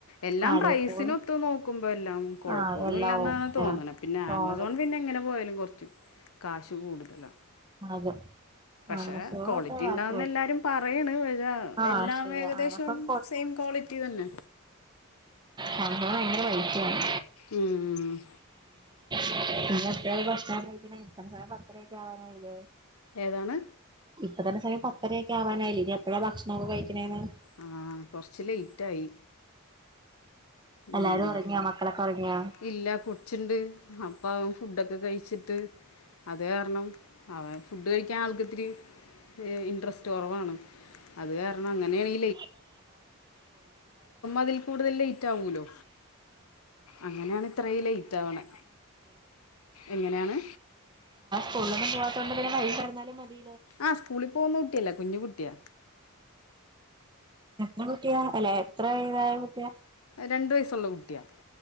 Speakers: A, on the left; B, on the right.
A: എല്ലാം
B: കടേ
A: പ്രൈസിനൊത്തനോക്കുമ്പ
B: പോയി
A: എല്ലാം കുഴപ്പമൊന്നു
B: ആഹ് എല്ലാം
A: ഇല്ലന്നാ
B: ഓക്കെയാ
A: തോന്നണത് പിന്നെ
B: തോന്നണ്
A: ആമസോൺ എങ്ങനെ പോയാലും കു കാശ് കൂടുതലാ
B: അതെ
A: പക്ഷേ
B: ആമസോണൊക്കെ
A: കോളിറ്റി
B: കാശ്
A: ഉണ്ടാവുന്നാ
B: പോയി
A: എല്ലാരും പറയണ് പ
B: ആഹ്
A: എല്ലാം
B: ശരിയാ
A: ഏകദേശം
B: ആമസോൺ
A: സെയിം കോളിറ്റി തന്നെ.
B: സംഭവം ഭയങ്കര റൈറ്റാണ്
A: ഉം.
B: <unintelligible>
A: ഏതാണ്
B: ഇപ്പതന്നെസമയം പത്തരയൊക്കെ ആവാനായില്ലേ ഇനി എപ്പഴാ ഭക്ഷണമൊക്കെ കഴികണേന്നാണ്
A: ആ കുറച്ച് ലേറ്റായി ഉം
B: എല്ലാരും ഉറങ്ങിയാ മക്കളൊക്കെ ഉറങ്ങിയാ
A: ഇല്ല കൊച്ചുണ്ട് അപ്പ ഫുഡെക്കെ കഴിച്ചിട്ട് അത് കാരണം അവൻഫുഡ് കഴിക്കാൻ ആൾക്കിത്തിരി ഇൻട്രസ്റ്റ്കുറവാണ് അത് കാരണം അങ്ങനേണീ
B: <unintelligible> <unintelligible> <unintelligible>
A: അതിൽ കൂടുതൽ ലേറ്റ് ആവുമല്ലോ അങ്ങനെയാണ് ഇത്രയും ലേറ്റ് ആവണേ എങ്ങനെയാണ്
B: പോവാത്തോണ്ടിങ്ങനെ കൈ കിടന്നാലും മതി
A: ആ സ്കൂളി പോന്ന കുട്ടിയല്ല കുഞ്ഞു കുട്ടിയ
B: എത്ര കുട്ടിയ അല്ല എത്ര ഇതായ കുട്ടിയ
A: രണ്ട് വയസുള്ള കുട്ടിയാ